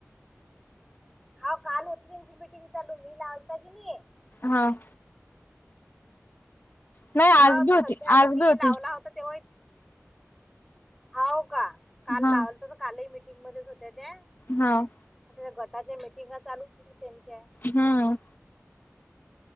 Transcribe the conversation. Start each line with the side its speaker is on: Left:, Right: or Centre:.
Centre: हां काल होती त्यांची मीटिंग चालू मी लावलता की नाही.
Left: हां. नाही आज
Centre: हां
Left: बी होती
Centre: सध्या आता
Left: आज
Centre: मी
Left: बी होती
Centre: लावला होता तेव्हा हाव का? काल
Left: हा
Centre: लावल तर तर कालही मिीटिंगमध्येध्येच होत्या त्या
Left: हां.
Centre: आता गटाच्या मीटिंगा चालू झाल्या त्यांच्या
Left: हम्.